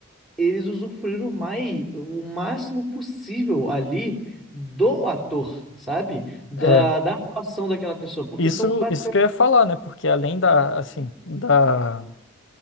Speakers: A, in the centre; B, on the left.
A: eles usufruíram mais, o máximo possível ali do ator, sabe? Da,
B: É,
A: da atuação daquela pessoa, porque
B: isso,
A: são basicamente...
B: isso que eu ia falar, né? Porque além da, assim, da